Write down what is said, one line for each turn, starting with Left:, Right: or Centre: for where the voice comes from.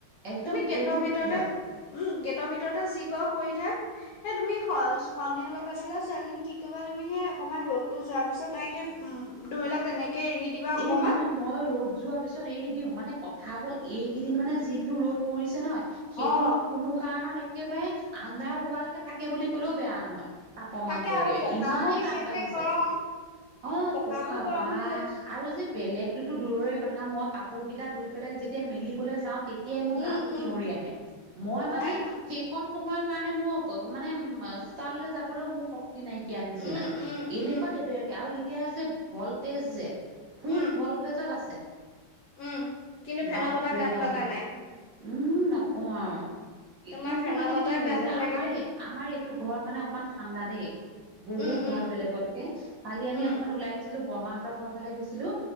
Right: একদম
Left: তুমি গেটৰ
Right: বহুত
Left: ভিতৰতে
Right: ভয়
Left: উম, গেটৰ ভিতৰতে যি কৰা কৰি থাক হয় তুমি কৰছ সন্ধিয়া হ'লে লগে লগে ছোৱালীজনী কি কৰিবা? তুমি সেই অকণমান ৰ'দটো যোৱাৰ পিছত তাইক উম, ধৰিল'ক তেনেকে এৰি দিবা অকমান
Right: এই মানে মই ৰ'দ যোৱাৰ পিছত এৰি দিওঁ মানে কথা হ'ল, এইকেইদিন মানে যিটো ৰ'দ পৰিছে নহয় সেইটো
Left: অ
Right: ৰ'দ কোনো কাৰণত একেবাৰে আন্ধাৰ হোৱা লোকে থাকে বুলি ক'লেও বেয়া নহয়। তাৰ প্ৰমাণটো
Left: থাকে আৰু
Right: একেবাৰে
Left: পকাবোৰ
Right: ইমানেই
Left: বিশেষকে
Right: তাপ বাঢ়িছে
Left: গৰম
Right: অ,
Left: পকাবোৰ
Right: পোখা
Left: গৰম
Right: বা।
Left: হৈ যায়
Right: আৰু যে বেলেগতোটো দূৰই কথা, মই কাপোৰ কেইটা ধুই পেলাই যেতিয়া মেলিবলৈ যাওঁ তে তেতিয়াই মোৰ
Left: উম
Right: গাটো
Left: উম
Right: খিয়ৰি আহে, মই
Left: ওৱাই
Right: মানে সেইকণ সময়ৰ কাৰণে, মোৰ মানে চোতাল লৈ যাবলৈও মোৰ শক টি, নাইকীয়া নিচিনা,
Left: উম উম
Right: এনেকুৱা
Left: উম
Right: <inaudible> আৰু এতিয়া যে, ভল্টেজ যে। ফুল
Left: উম
Right: ভল্টেজত আছে,
Left: উম কিন্তু ফেনৰ
Right: বাপৰে
Left: বতাহ গাত
Right: বাপ।
Left: লগা নাই
Right: উম, নকওঁ আৰু
Left: তোমাৰ
Right: কিন্তু
Left: ফেনৰ
Right: মানে
Left: বতাহ
Right: কি হৈ
Left: গাত
Right: যায়,
Left: নালাগে
Right: আমাৰ
Left: দেই
Right: আমাৰ এইটো ঘৰত মানে অকণমান ঠাণ্ডা দেই। বহুত
Left: উম উম
Right: ভাল বেলেগতকে, কালি আমি
Left: উম
Right: অকণমান ওলাই গৈছিলোঁ, বৰমাহঁতৰ ঘৰত ফালে গৈছিলোঁ,